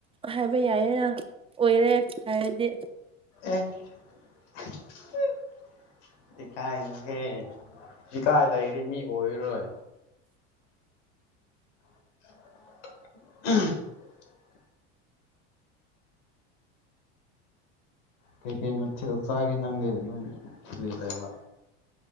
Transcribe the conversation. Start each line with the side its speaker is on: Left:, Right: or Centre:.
Right: ꯍꯥꯏꯕ ꯌꯥꯏꯌꯦꯅ ꯑꯣꯏꯔꯦ ꯍꯥꯏꯔꯗꯤ
Left: ꯑꯦ <unintelligible> ꯏꯀꯥꯏꯅꯨꯍꯦ ꯏꯀꯥꯏ ꯂꯩꯔꯗꯤ ꯃꯤ ꯑꯣꯏꯔꯣꯏ <unintelligible> ꯀꯩꯀꯩ ꯃꯊꯦꯜ ꯆꯥꯒꯦ ꯅꯪꯒꯤ ꯑꯗꯨꯝ ꯐꯔꯤ ꯂꯩꯔ